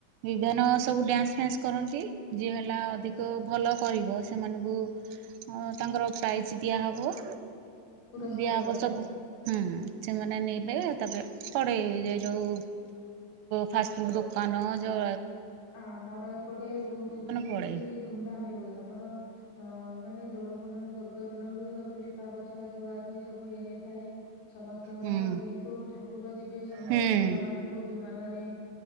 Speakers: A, on the right; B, on the left.
A: ବିଭାନ ସବୁ ଡ୍ୟାନ୍ସ ଫ୍ୟାନ୍ସ କରନ୍ତି ଯିଏ ହେଲା
B: ଆଜ୍ଞା
A: ଅଧିକ ଭଲ କରିବ ସେମାନଙ୍କୁ ତାଙ୍କର ପ୍ରାଇଜ୍ ଦିଆହବ।
B: ପୁରସ୍କାର
A: ଦିଆ ହବ
B: ରହିଥାଏ।
A: ସବୁ ହୁଁ ସେମାନେ ନେବେ ତାପରେ ପଡ଼େଇ ଯେ ଯେଉଁ ଫାଷ୍ଟଫୁଡ଼୍ ଦୋକାନ ଯେଉଁ
B: ଆମର ଏପଟେ ବହୁତ ବି ସେମିତି
A: ପଡ଼େ।
B: ଧୁମଧାମ ରେ ହୁଏ ଆମର ହଁ ମାନେ ଦୋଳ ପୂର୍ଣ୍ଣିମା ପର୍ବ ଦିନରୁ ସବୁ ଲିପା ପୋଛା ଧୁଆ ଦୁହି ସବୁ ହେଇ ଯାଇଥାଏ ସମସ୍ତଙ୍କ
A: ହୁଁ
B: ମାନେ ଯେହେତୁ ଠାକୁର ଯିବେ ସମସ୍ତଙ୍କ
A: ହୁଁ
B: ଘର ମାନଙ୍କୁ ବିମାନରେ